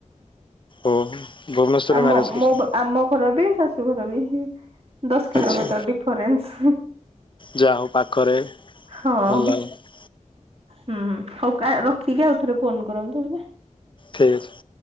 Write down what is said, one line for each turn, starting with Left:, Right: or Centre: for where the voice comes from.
Left: ଓହୋ। ଭୁବନେଶ୍ୱରରେ
Right: ଆମ
Left: ମ୍ୟାରେଜ କରିଛନ୍ତି।
Right: ମୋ ଆମ ଘର ବି ଶାଶୁ ଘର ବି। ଦଶ କିଲୋମିଟର
Left: ଅଛି
Right: ଡିଫରେନ୍ସ
Left: ଯାହା ହଉ ପାଖରେ
Right: ହଁ।
Left: ଭଲ ହେଲା
Right: ହୁଁଁ ହଉ ରଖିକି ଆଉ ଥରେ ଫୋନ କରନ୍ତୁ ହେଲା।
Left: ଠିକ୍ ଅଛି।